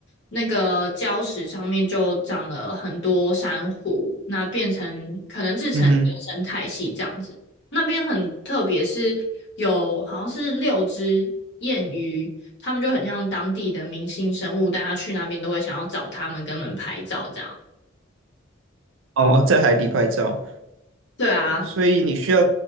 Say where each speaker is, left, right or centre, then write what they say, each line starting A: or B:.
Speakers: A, on the left; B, on the right.
A: 那个礁石上面就长了很多珊瑚，那变成可能制成一个生态系这样子。
B: 嗯哼，
A: 那边很特别，是有好像是六只燕鱼，他们就很像当地的明星生物，大家去那边都会想要找他们，跟他们拍照这样。
B: 哦，在海底拍照，
A: 对啊，
B: 所以你需要